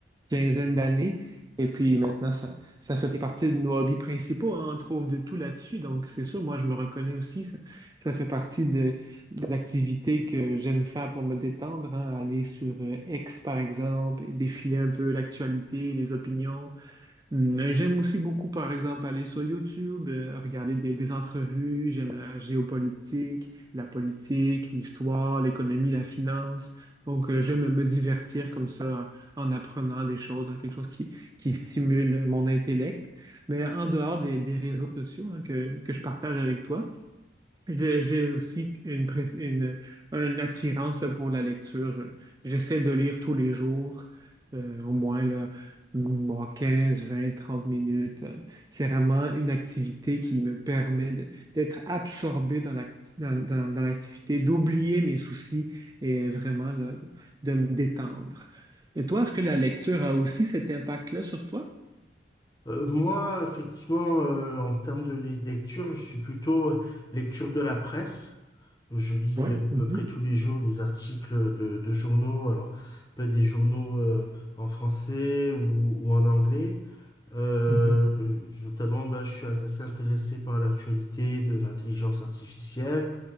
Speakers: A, on the right; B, on the left.
A: quinzaine d'années. Et puis maintenant, ça, ça fait partie de nos hobbies principaux, hein. On trouve de tout là-dessus. Donc, c'est sûr, moi, je me reconnais aussi. Ça, ça fait partie de, des activités que j'aime faire pour me détendre, hein. Aller sur euh, X, par exemple, et défiler un peu l'actualité, les opinions. Mm, et J'aime aussi beaucoup, par exemple, aller sur YouTube, euh, regarder des, des entrevues. J'aime la géopolitique, la politique, l'histoire, l'économie, la finance. Donc, euh, j'aime me divertir comme ça en apprenant des choses, hein, quelque chose qui, qui stimule mon intellect. Mais en dehors des, des réseaux sociaux hein, que, que je partage avec toi, j'ai j'ai aussi une, pré- une, une attirance là, pour la lecture. Je- j'essaie de lire tous les jours, euh, au moins là, mm, bon, 15 20 30 minutes. Euh, C'est vraiment une activité qui me permet de- d'être absorbé dans l'acti- dans, dans- dans l'activité, d'oublier mes soucis et vraiment là, de, de me détendre. Et toi, est-ce que la lecture a aussi cet impact-là sur toi?
B: Euh, moi, effectivement, euh, en termes de li- lecture, je suis plutôt euh, lecture de la presse. Je lis
A: oui
B: euh, à
A: Mhm,
B: peu près tous les jours des articles de, de journaux, alors pas des journaux euh, en français ou, ou en anglais. Euh,
A: mhm,
B: notamment, bah, je suis assez intéressé par l'actualité de l'intelligence artificielle.